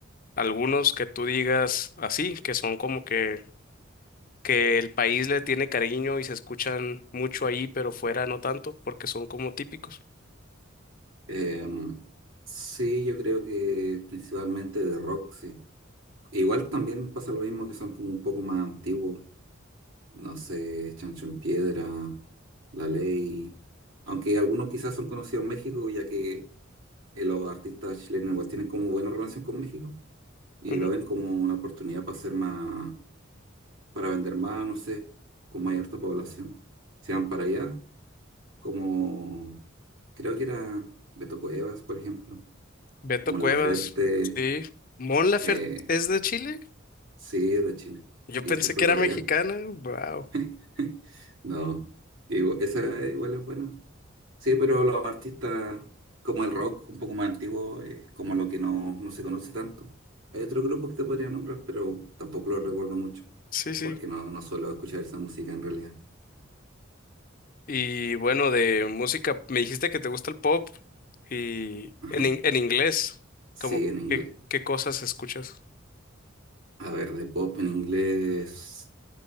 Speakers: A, on the left; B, on the right.
A: algunos que tú digas así, que son como que, que el país le tiene cariño y se escuchan mucho ahí, pero fuera no tanto, porque son como típicos.
B: Em, sí, yo creo que principalmente de rock, sí. Igual también pasa lo mismo que son como un poco más antiguos. No sé, Chancho en Piedra, La Ley. Aunque algunos quizás son conocidos en México, ya que eh, los artistas chilenos igual tienen como buena relación con México y
A: Ujú.
B: lo ven como una oportunidad para hacer más. para vender más, no sé, con mayor población. Se van para allá, como creo que era Beto Cuevas, por ejemplo,
A: Beto
B: Mon
A: Cuevas,
B: Laferte,
A: sí. Mon Laferte
B: eh,
A: es de Chile.
B: sí, es de Chile,
A: Yo
B: y
A: pensé
B: se fue
A: que era
B: para
A: mexicana.
B: allá.
A: Wow.
B: <laughs> No, digo, esa igual es buena. Sí, pero los artistas, como el rock, un poco más antiguo, es como lo que no, no se conoce tanto. Hay otro grupo que te podría nombrar, pero tampoco lo recuerdo mucho,
A: Sí, sí.
B: porque no, no suelo escuchar esa música en realidad.
A: Y bueno, de música, me dijiste que te gusta el pop y
B: Ajá.
A: en, in- en inglés,
B: Sí,
A: como
B: en inglés.
A: qué, qué cosas escuchas.
B: A ver, de pop en inglés,